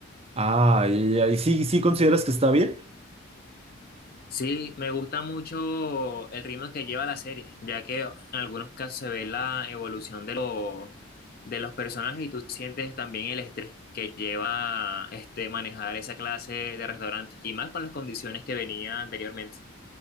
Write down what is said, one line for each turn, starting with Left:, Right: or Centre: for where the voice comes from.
Right: Ah, ya, ya, ¿Y sí, sí consideras que está bien?
Left: Sí, me gusta mucho el ritmo que lleva la serie, ya que en algunos casos se ve la evolución de, lo- de los personajes y tú sientes también el estrés que lleva este, manejar esa clase de restaurante y más con las condiciones que venía anteriormente.